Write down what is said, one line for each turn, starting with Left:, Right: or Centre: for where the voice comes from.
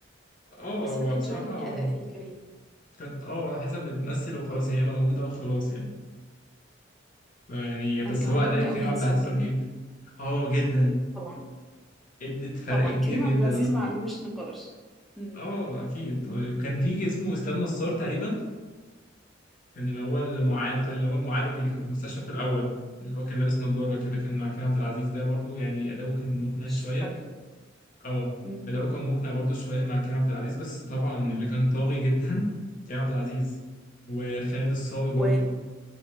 Left: اه
Centre: بس
Left: هو
Centre: ما كانش
Left: بصراحة
Centre: عاجبني أداء نيلي كريم
Left: كانت اه على حسب بتمثل وخلاص يعني هي موجودة وخلاص يعني فيعني بس
Centre: أنا كان
Left: هو
Centre: عاجبني
Left: أداء كريم
Centre: قوي
Left: عبد
Centre: هند صبري
Left: العزيز رهيب اه جدا
Centre: طبعا
Left: ادت فرق
Centre: طبعا
Left: كبير
Centre: كريم
Left: جدا
Centre: عبد العزيز
Left: آه.
Centre: ما عليهوش نقاش مم.
Left: اه اكيد طيب كان في اسمه اسلام نصار تقريبا كان اللي هو المعالج اللي هو المعالج اللي كان في المستشفى في الاول اللي هو كان لابس نظاره كده كان مع كريم عبد العزيز ده برضو يعني اداؤه كان مقنع
Centre: مش
Left: شويه
Centre: فاكرة
Left: اه
Centre: مم.
Left: اداؤه كان مقنع برضو شويه مع كريم عبد العزيز بس طبعا اللي كان طاغي جدا <laughs> كريم عبد العزيز وخالد الصاوي برضو
Centre: و...